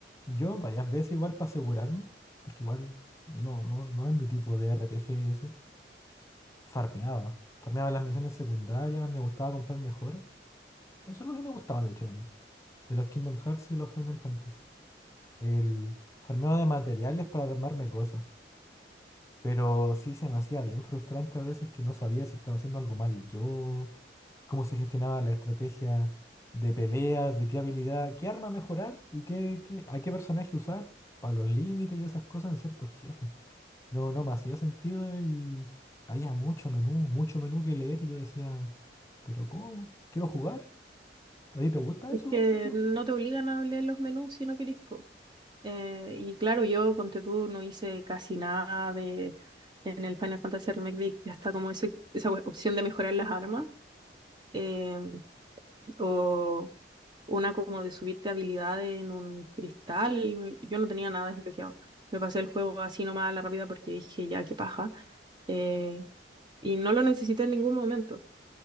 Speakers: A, on the left (about 15°); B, on the right (about 25°).
A: yo varias veces igual para asegurarme, porque igual no, no, no es mi tipo de RPG ese, farmeaba. Farmeaba las misiones secundarias, me gustaba comprar mejoras. Eso es lo que me gustaba de hecho también, de los Kingdom Hearts y los Final Fantasy. El farmeo de materiales para armarme cosas. Pero sí se me hacía bien frustrante a veces que no sabía si estaba haciendo algo mal yo, cómo se gestionaba la estrategia de peleas, de qué habilidad, qué arma mejorar y qué, qué- a qué personaje usar para los límites y esas cosas en ciertos jefes. No, no me hacía sentido y había mucho menú, mucho menú que leer y yo decía, pero ¿cómo? ¿Quiero jugar? ¿A ti te gusta
B: Es
A: eso, por
B: que
A: ejemplo?
B: no te obligan a leer los menús si no queréis. po. Eh, y claro, yo, ponte tú, no hice casi nada de en el Final Fantasy Remake, de- ya está como ese- esa opción de mejorar las armas. eh, o una como de subirte habilidades en un cristal. Yo no tenía nada desbloqueado. Me pasé el juego así nomás a la rápida porque dije, ya, qué paja. Eh, y no lo necesité en ningún momento.